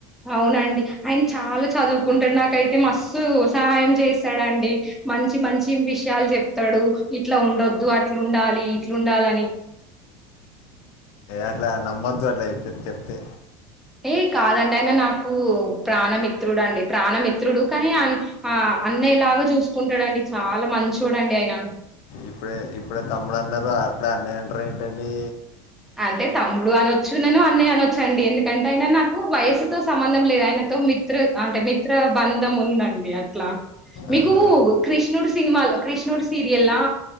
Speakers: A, in the centre; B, on the left.
A: అవునండి ఆయన చాలా చదువుకుంటాడు నాకైతే మస్తు సహాయం చేస్తాడుండి మంచి మంచి విషయాలు చెప్తాడు ఇట్లా ఉండొద్దు అట్లు ఉండాలి ఇట్లుండాలని
B: అట్లా నమ్మొద్దు అట్లా చెప్పి చెప్తే
A: ఏ కాదండి ఆయన నాకు ప్రాణమిిత్రుడు అండి ప్రాణమిత్రుడు కానీ అన్న లాగా చూసుకుంటాడండి చాలా మంచచొడండి ఆయన
B: ఇప్పుడే ఇప్పుడే తమ్ముడు అన్నారు అప్పుడే అన్నయ్య అంటారు ఏంటండి
A: అంటే తమ్ముడు అనొచ్చు నను అన్నయ్య అనొచ్చండి ఎందుకంటే ఆయన నాకు వయస్సుతో సంబంధం లేదు ఆయన మిత్ర అంటే మిత్ర బంధం ఉందండి అట్లా మీకు
B: ఆహా.
A: కృష్ణుడు సినిమా కృష్ణుడు సీరియల్